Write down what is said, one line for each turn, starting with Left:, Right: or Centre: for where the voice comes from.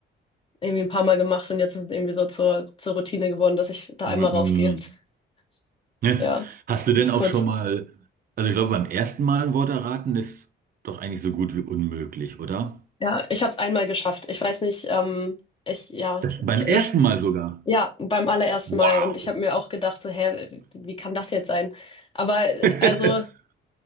Left: irgendwie ein paar Mal gemacht und jetzt ist es irgendwie so zur, zur Routine geworden, dass ich da
Right: Mhm.
Left: einmal raufgehe. Und, <laughs>
Right: <laughs>
Left: ja, das
Right: Hast du denn
Left: ist
Right: auch
Left: kurz.
Right: schon mal, also ich glaube, beim ersten Mal ein Wort erraten ist doch eigentlich so gut wie unmöglich, oder?
Left: Ja, ich habe es einmal geschafft. Ich weiß nicht, ähm, ich, ja,
Right: Das beim
Left: ich,
Right: ersten Mal sogar.
Left: ja, beim allerersten
Right: Wow.
Left: Mal und ich habe mir auch gedacht, so, hä, wie kann das jetzt sein? Aber
Right: <laughs>
Left: also.